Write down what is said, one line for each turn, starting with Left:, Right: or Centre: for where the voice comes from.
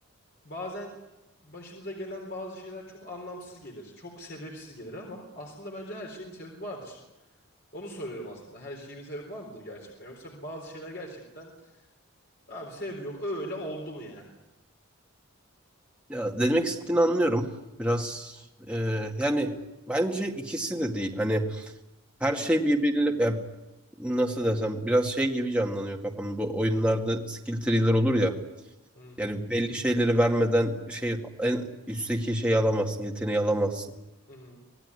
Left: bazen başımıza gelen bazı şeyler çok anlamsız gelir. Çok sebepsiz gelir ama aslında bence her şeyin bir sebebi vardır. Onu soruyorum aslında. Her şeyin bir sebebi var mıdır gerçekten? Yoksa bazı şeyler gerçekten abi sebebi yok. Öyle oldu mu yani?
Centre: Ya ne demek istediğini anlıyorum. Biraz e, yani bence ikisi de değil. Hani her
Left: Hmm.
Centre: şey birbiriyle ya nasıl desem biraz şey gibi canlanıyor kafamda. Bu oyunlarda skill tree'ler olur ya.
Left: Hı hı
Centre: Yani belli şeyleri vermeden şey en üstteki şeyi alamazsın, yeteneği alamazsın.
Left: hı